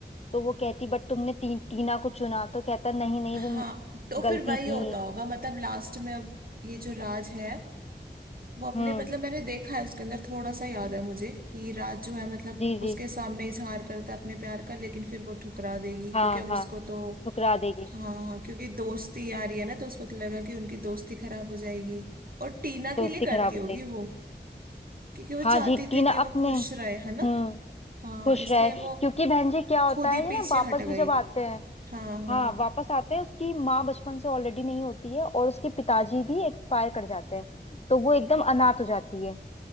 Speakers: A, on the left; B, on the right.
A: तो वो कहती बट तुमने टी, टीना को चुना तो कहता नहीं नहीं
B: हाँ
A: वो
B: तो
A: गलती
B: फिर वही
A: थी
B: होता होगा मतलब लास्ट में अब ये जो राज है वो अपने
A: हम्म
B: मतलब मैंने देखा है उसके अंदर थोड़ा सा याद है मुझे कि राज जो है मतलब
A: जी
B: उसके
A: जी
B: सामने इजहार करता है अपने प्यार का लेकिन फिर वो ठुकरा देगी
A: हाँ
B: क्योंकि अब
A: हाँ
B: उसको तो
A: ठुकरा देगी
B: हाँ हाँ क्योंकि दोस्ती आ रही है ना तो उसको तो लगा कि उनकी दोस्ती खराब हो जाएगी और टीना
A: दोस्ती
B: के लिए करती
A: खराब हो
B: होगी
A: जाएगी
B: वो क्योंकि वो
A: हाँ
B: चाहती
A: जी टीना
B: थी कि वो
A: अपने
B: खुश रहे है ना
A: हम्म
B: हाँ
A: खुश
B: इसलिए
A: रहे क्योंकि
B: वो
A: बहन जी क्या होता
B: खुद
A: है
B: ही
A: ये
B: पीछे
A: ना वापस
B: हट गई
A: भी जब आते हैं
B: हाँ हाँ
A: हाँ वापस आते हैं उसकी माँ बचपन से ऑलरेडी नहीं होती है और उसके पिताजी भी एक्सपायर कर जाते हैं तो वो एकदम अनाथ हो जाती है